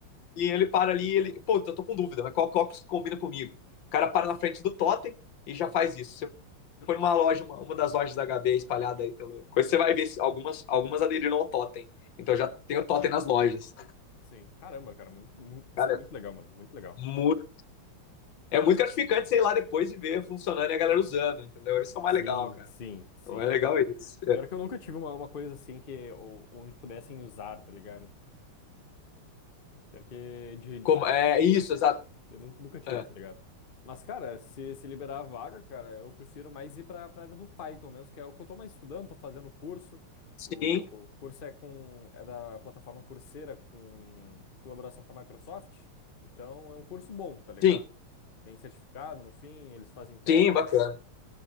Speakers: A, on the left; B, on the left.
A: E ele para ali, ele, pô, eu tô com dúvida, mas qual óculos que combina comigo? O cara para na frente do totem e já faz isso. Você foi numa loja, uma, uma das lojas da HB espalhada aí pelo. você vai ver algumas, algumas aderiram ao totem. Então já tem o totem nas lojas.
B: Sim. Caramba, cara, muito, mu- isso
A: Cara,
B: é muito legal, mano. Muito legal.
A: muito, é muito gratificante você ir lá depois e ver funcionando e a galera usando, entendeu? Isso é o mais
B: Sim,
A: legal, cara.
B: sim, sim.
A: É o mais legal isso.
B: Pior que eu nunca tive uma, uma coisa assim que o- onde pudessem usar, tá ligado? Pior que de,
A: Como, é isso, exato.
B: Eu nunca, nunca tive,
A: É.
B: tá ligado? Mas, cara, se, se liberar a vaga, cara, eu prefiro mais ir pra, pra área do Python mesmo, que é o que eu tô mais estudando, tô fazendo curso.
A: Sim,
B: O o curso é com, é da plataforma Coursera, com colaboração com a Microsoft. Então, é um curso bom, tá ligado?
A: sim,
B: Tem certificado no fim, eles fazem teste.
A: sim, bacana.